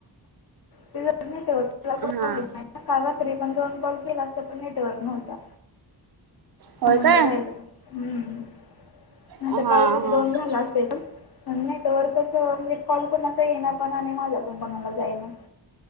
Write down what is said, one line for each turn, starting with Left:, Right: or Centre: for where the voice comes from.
Left: प्युअर नेटवर्क नेटवर्क
Right: हा
Left: प्रॉब्लेम हाय ना काल रात्री पण दोन कॉल केल असतं पण नेटवर्क नव्हता.
Right: होय
Left: म्हणून
Right: काय
Left: ते राहिलं हम्म नाहीतर
Right: हा
Left: काल माझे
Right: हा हा
Left: दोन झालं असते पण नेटवर्कचं म्हणजे कॉल कोणाचा येईना पण आणि माझा पण कोणाला जाईना.